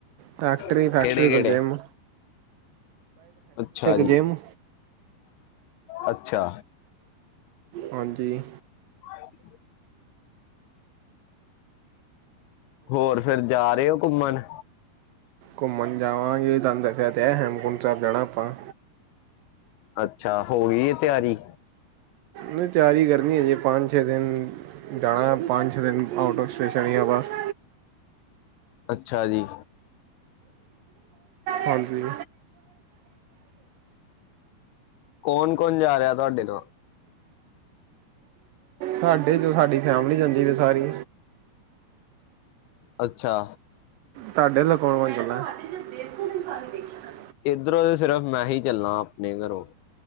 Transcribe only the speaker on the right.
ਫੈਕਟਰੀ
ਫੈਕਟਰੀ
ਤੋਂ ਜੇਮ
ਜਿੰਮ
ਹਾਂਜੀ।
ਘੁੰਮਣ ਜਾਵਾਂਗੇ ਤਾਨੂੰ ਦੱਸਿਆ ਤੇ ਏ, ਹੇਮਕੁੰਟ ਸਾਹਿਬ ਜਾਣਾ ਆਪਾਂ।
ਨੀ ਤੇਆਰੀ ਕਰਨੀ ਏ ਹਜੇ ਪੰਜ-ਛੇ ਦਿਨ ਜਾਣਾ ਪੰਜ-ਛੇ ਦਿਨ ਆਊਟ ਆਫ ਸਟੇਸ਼ਨ ਹੀ ਯਾ ਬਸ
ਹਾਂਜੀ।
ਸਾਡੇ ਜੋ ਸਾਡੀ ਫੈਮਲੀ ਜਾਂਦੀ ਵੀ ਸਾਰੀ
ਤਾਡੇ ਅਲੋ ਕੌਣ-ਕੌਣ ਚੱਲਾਂ? ਏਨੇ ਬੇਵਕੂਫ ਇਨਸਾਨ ਨੀ ਦੇਖੇ ਮੈਂ